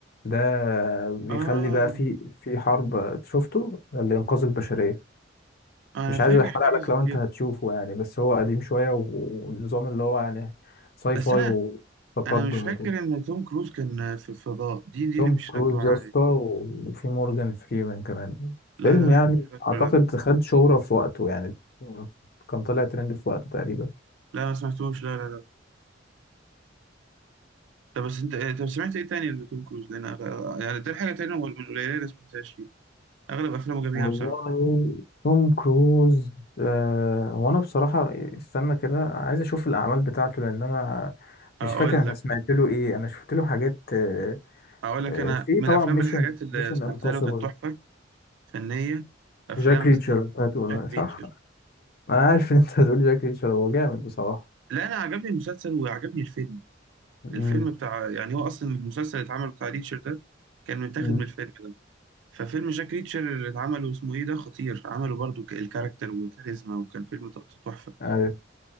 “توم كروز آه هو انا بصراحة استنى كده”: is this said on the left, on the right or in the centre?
Left